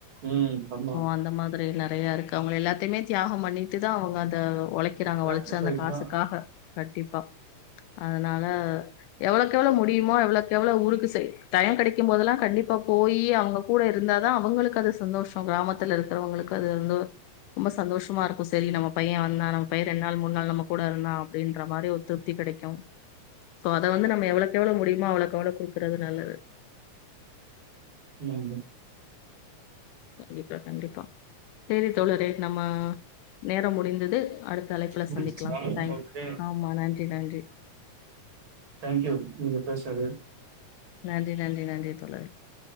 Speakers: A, on the right; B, on the left.
A: ம் ஆமா
B: அந்த மாரி நெறையா இருக்கு அவுங்க எல்லாத்தையுமே தியாகம் பண்ணிட்டு தா அவுங்க அந்த உழைக்க க்கிறங்க
A: சாக்ரிஃபைஸ்
B: உழச்ச அந்த காசுக்காக
A: தா
B: கண்டிப்பா அதனால எவ்ளோக்கு எவ்ளோ முடியுமோ எவ்ளோக்கு எவ்ளோ ஊருக்கு செய் டைம் கெடைக்கும் போது எல்லாம் கண்டிப்பா போய் அவுங்க கூட இருந்தா தா அவுங்களுக்கு அது சந்தோஷோ கிராமத்துல இருக்கிறவங்களுக்கு அது வந்து ரொம்ப சந்தோஷமா இருக்கும் சேரி நம்ம பையே வந்தா நம்ம பையே ரெண்டு நாள் மூணு நாள் நம்ம கூட இருந்தா அப்டின்ற மாரி ஒரு தீ கெடைக்கு அத வந்து நம்ம எவ்ளோக்கு எவ்ளோ முடியுமோ அவ்ளோக்கு அவ்ளோ குடுக்கறது நல்லது
A: உம்
B: கண்டிப்பா கண்டிப்பா சேரி தோழரே நம்ம நேரம் முடிந்தது அடுத்த அழைப்புல
A: முடிஞ்சிச்சா
B: சந்திக்கலா தேங்க்
A: ஓகே
B: யூ ஆமா நன்றி நன்றி
A: தேங்க் யூ நீங்க பேசுனது
B: நன்றி நன்றி நன்றி தோழரே